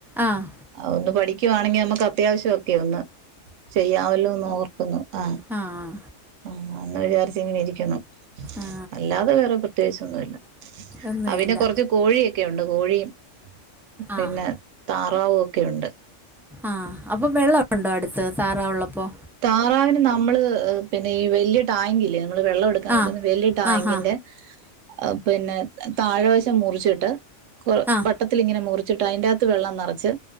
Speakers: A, in the centre; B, on the right.
A: ആഹ്
B: ഒന്ന് പഠിക്കുവാണെങ്കി നമുക്ക് അത്യാവശ്യം ഒക്കെ ഒന്ന് ചെയ്യാമല്ലോന്ന് ഓർക്കുന്നു ആഹ്
A: ആഹ്
B: ആഹ് അന്ന് വിചാരിച്ചങ്ങനെ ഇരിക്കുന്നു
A: ആ
B: അല്ലാതെ വേറെ പ്രത്യേകിച്ചൊന്നുല്ല
A: ഒന്നുമില്ല
B: അവന് കൊറച്ച് കോഴിയൊക്കെയുണ്ട് കോഴിയും പിന്നെ
A: ആ
B: താറാവുക്കെയുണ്ട്
A: ആഹ് അപ്പൊ വെള്ളം ഉണ്ടോ അടുത്ത് താറാവുള്ളപ്പോ
B: താറാവിന് നമ്മള് പിന്നെ ഈ വല്യ ടാങ്ക് ഇല്ലെ നമ്മള് വെള്ളവെടുക്കാൻ
A: ആ
B: വെക്കുന്ന വല്ല്യ ടാങ്കിന്റെ
A: ആ ഹാ
B: ഏഹ് പിന്നെ താഴെവശം മുറിച്ചിട്ട് കൊ
A: ആ
B: വട്ടത്തിലിങ്ങനെ മുറിച്ചിട്ട് അതിന്റാകത്ത് വെള്ളം നെറച്ച്